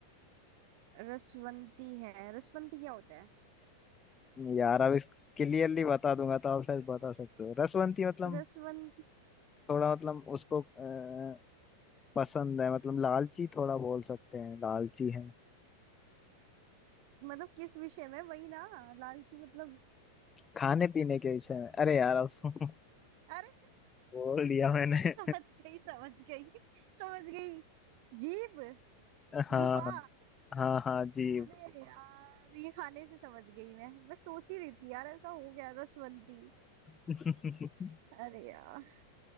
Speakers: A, on the right (about 45°); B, on the left (about 20°).
A: रसवंती है रसवंती क्या होता है
B: यार अब इस क्लियरली बता दूंगा तो आप शायद बता सकते हो रसवंती मतलब
A: रसवंती
B: थोड़ा मतलब उसको अ, पसंद है मतलब लालची थोड़ा बोल सकते हैं लालची है
A: मतलब किस विषय में वही ना लालची मतलब
B: खाने पीने के विषय में अरे यार अब सो- <laughs>
A: अरे
B: बोल दिया मैंने
A: <laughs> समझ गई समझ गई समझ गई जीभ
B: <laughs> हाँ
A: गुफा
B: हाँ हाँ जी
A: अरे यार ये खाने से समझ गई मैं मैं सोच ही रही थी यार ऐसा हो गया रसवंती
B: <laughs>
A: अरे यार